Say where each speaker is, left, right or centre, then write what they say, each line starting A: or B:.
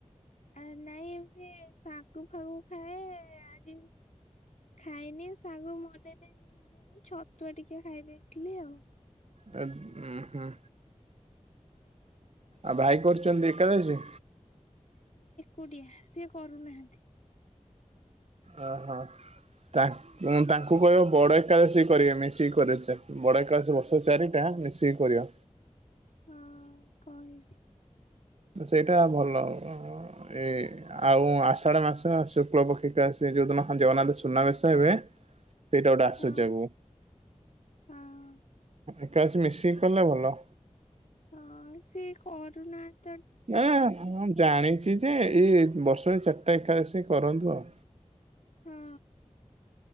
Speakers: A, on the left; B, on the right.
A: ଆ ନାଇଁ ଏମିତି ଶାଗୁ ଫାଗୁ ଖାଏ। ଆଜି ଖାଇନି। ଶାଗୁ ମନେ ନାହିଁ ଭିଜେଇନି ଛତୁଆ ଟିକେ ଖାଇ ଦେଇଥିଲି ଆଉ।
B: ଆ ଉଁ ହୁଁ।
A: ଆଉ।
B: ଅଆ ଭାଇ କରୁଚନ୍ତି ଏକାଦଶୀ?
A: କୁଟିଆ। ସିଏ କରୁନାହାନ୍ତି।
B: ଅ ହ। ତାଙ୍କ୍ ଉଁ ତାଙ୍କୁ କହିବ ବଡ ଏକାଦଶୀ କରିବେ ମିଶିକି କରିବେ ଚାର୍ ବଡ ଏକାଦଶୀ ବର୍ଷରେ ଚାରିଟା। ମିଶିକି କରିବା।
A: ହଁ କହିବି।
B: ସେଇଟା ଭଲ ଆ ଏଇ ଆଉ ଆଷାଢ ମାସ ଶୁକ୍ଳପକ୍ଷ ଏକାଅଶୀ। ସେ ଯୋଉଦିନ <unintelligible> ନହେଲେ ସୁନାବେଶ ହେବେ ସେଇଟା ଗୋଟେ ଆସୁଚି
A: ହଁ
B: ଆଗୁକୁ।
A: ହଁ
B: ଏକାଦଶୀ ମିଶିକି କଲେ ଭଲ।
A: ହଁ ସିଏ କରୁନାହାଁ
B: ନା ଏଁ ହଁ ଜାଣିଛି ଯେ ଯେ ଏଇ ବର୍ଷରେ ଚାରିଟା ଏକାଦଶୀ କରନ୍ତୁ ଆଉ।
A: ହଁ।